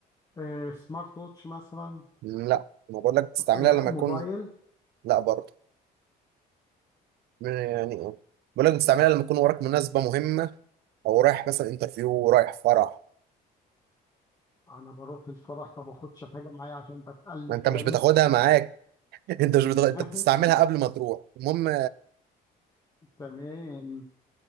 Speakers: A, on the left; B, on the right.
A: إيه، سمارت ووتش مثلا
B: لا ما بقول لك تستعملها
A: إيه،
B: لما
A: موبايل
B: يكون لا برضه يعني
A: طب
B: إيه؟ بقول لك تستعملها لما يكون وراك مناسبه مهمه او رايح مثلا انترفيو رايح فرح
A: أنا بروح الفرح ما باخدش حاجة معايا عشان بتقلب
B: ما انت مش
A: دايما
B: بتاخدها معاك <laughs> انت مش بتاخد... انت
A: <laughs>
B: بتستعملها قبل ما تروح المهم
A: تمام